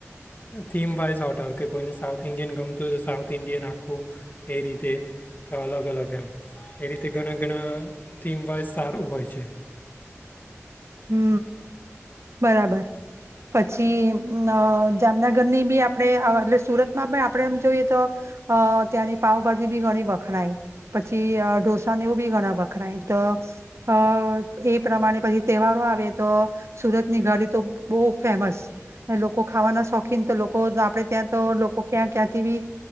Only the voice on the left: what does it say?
થીમ પાઇસ હોટલ કે કોઈને સાઉથ ઇન્ડિયન ગમતું હોય તો સાઉથ ઇન્ડિયન આખું એ રીતે તો અલગ અલગ એમ એ રીતે ઘણા ઘણા થીમ વાઈઝ સારું હોય છે